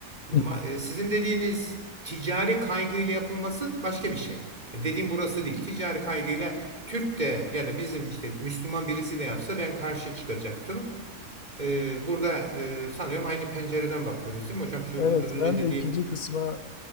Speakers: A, on the right; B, on the left.
A: Ma-
B: Evet,
A: e, Sizin dediğiniz ticari kaygıyla yapılması başka bir şey. E, Dediğim burası değil. Ticari kaygıyla Türk de ya da bizim işte Müslüman birisi de yapsa ben karşı çıkacaktım. E, burada e, sanıyorum aynı pencereden bakıyoruz değil mi hocam? Şu
B: Evet,
A: az önce
B: ben
A: dediğim
B: de ikinci kısma